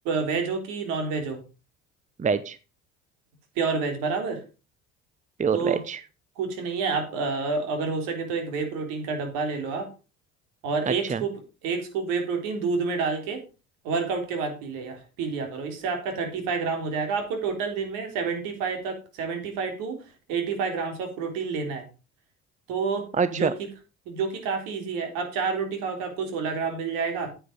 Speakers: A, on the right (about 70°); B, on the right (about 20°).
A: वेज हो कि नॉन वेज हो
B: वेज
A: प्योर वेज बराबर
B: Pure
A: तो
B: veg
A: कुछ नहीं है आप अ, अगर हो सके तो एक वे प्रोटीन का डब्बा ले लो आप और
B: अच्छा
A: एक स्कूप एक स्कूप वे प्रोटीन दूध में डाल के वर्कआउट के बाद पी लिया पी लिया करो इससे आपका थर्टी फाइव ग्राम हो जाएगा आपको टोटल दिन में सेवेंटी फाइव तक सेवेंटी फाइव टू एटी फाइव ग्राम्स ऑफ प्रोटीन लेना है तो
B: अच्छा
A: जो कि जो कि काफ़ी इजी है आप चार रोटी खाओगे आपको सोलह ग्राम मिल जाएगा